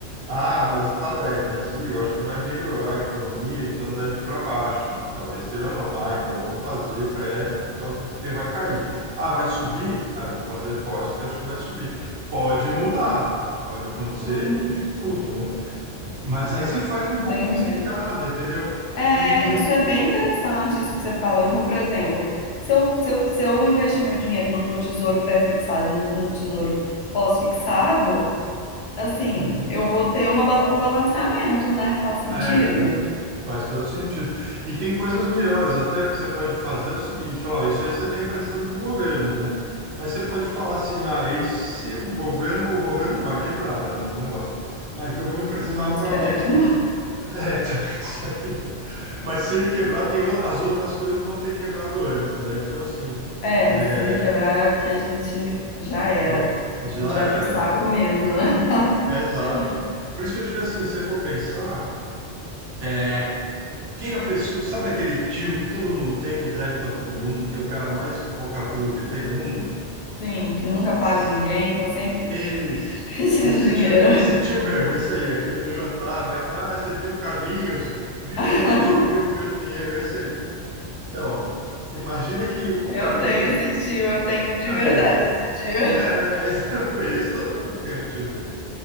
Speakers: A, on the right; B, on the left.
A: Ah, mas está 10 mas ih, eu acho que vai melhorar a economia, então deve ir para baixo. Talvez esteja no... Ah, então eu vou fazer pré, por causa- porque vai cair. Ah, vai subir? Ah, eu vou fazer pós, porque acho que vai subir. Pode mudar, pode acontecer
B: hum,
A: de tudo, né? Mas aí você faz um
B: entendi.
A: pouquinho de cada, entendeu?
B: É,
A: E, e
B: isso
A: o-
B: é bem interessante, isso que você fala. Então, por exemplo, se eu, se eu, se eu investir meu dinheiro no, no tesouro pré-fixado e no, no tesouro pós-fixado, assim,
A: Uhum.
B: eu vou ter uma ba- um balanceamento, né? Faz sentido?
A: É isso, faz todo sentido. E tem coisas melhores, até que você pode fazer é o seguinte, falar, ó, isso aí você está emprestando para o governo, né? Mas você pode falar assim, ah, e se o governo, o governo não vai quebrar, né? Não, não vai. Ah, então eu vou emprestar
B: A gente
A: para
B: espera
A: alguém.
B: que não. <laughs>
A: É, <laughs> também, será que não? Mas se ele quebrar, tem o- as outras coisas vão ter quebrado antes, né? Então, assim,
B: É,
A: é,
B: se ele quebrar é porque a gente já era.
A: já, já
B: A gente vai
A: era,
B: pro saco
A: então.
B: mesmo, né?
A: É, exato.
B: <laughs>
A: Por isso que eu digo assim, se você for pensar, é, quem é a pessoa, sabe aquele tio que todo mundo tem, que deve para todo mundo, que é o cara mais focatrua que tem no mundo?
B: Sim, que nunca paga
A: Esses-
B: ninguém, tá sempre
A: Esse,
B: <laughs> pedindo
A: esse
B: dinheiro.
A: tio, esse tio mesmo, esse aí, aquele do jantar, lá que fala, ah, você viu o Carlinhos de novo,
B: <laughs>
A: sumiu com meu dinheiro, esse aí. Então, imagina que o
B: Eu
A: Carlinhos,
B: tenho esse tio, eu tenho de
A: aí,
B: verdade esse tio.
A: é, esse eu conheço, todo mundo tem um tio dele.